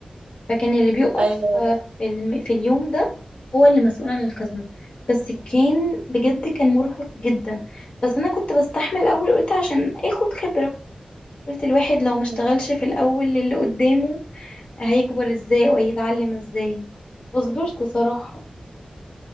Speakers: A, on the left (about 50°); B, on the right (about 50°).
A: فكان اللي بيقف
B: ايوه
A: آه،
B: لا.
A: في الم... في اليوم ده هو اللي مسؤول عن الخزنة بس كان بجد كان مرهق جدا بس انا كنت بستحمل الاول قلت عشان اخد خبرة قلت الواحد لو ما اشتغلش
B: مم.
A: في الاول اللي قدامه هيكبر ازاي وهيتعلم ازاي فصبرت صراحة